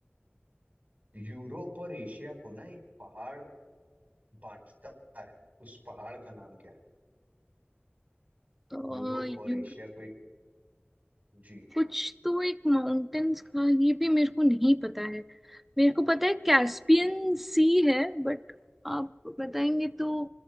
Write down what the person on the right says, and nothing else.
यूरोप और एशिया को ना एक पहाड़ बांटता है उस पहाड़ का नाम क्या है
यूरोप और
एशिया को एक जी